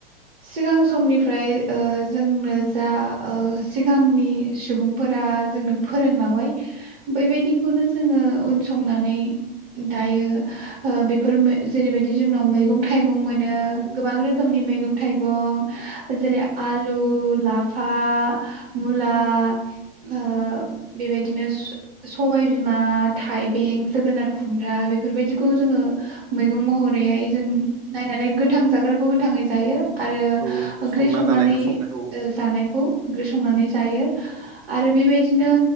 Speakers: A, on the right; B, on the right.
A: सिगां समनिफ्राय ओ जोंनो जा ओ सिगांनि सुबुंफोरा जोंनो फोरोंलांबाय बैबायदिखौनो
B: औ
A: जो जोंङो उन संनानै दायो। यो ओ बेफोर मै जेरैबाय जोंनाव मैगं थाइगं मोनो। यो
B: औ
A: गोबां रोखोमनि मैगं थाइगं जेरै आलु लाफा मुला ओ बेबायदिनो स-सबाय बिमा थाइबें
B: औ
A: जोगोनार खुमब्रा बे बेफोर बायदिखौ
B: औ
A: जोंङो मैगं महरैहाय जों नायनानै गोथां जाग्राखौ गोथांङै जायो। आरो
B: औ
A: ओंख्रि
B: संना
A: संनानै
B: जानायखौ संनाय औ
A: ओ जानायखौ ओंख्रि संनानै जायो। आरो बे बाय दिनो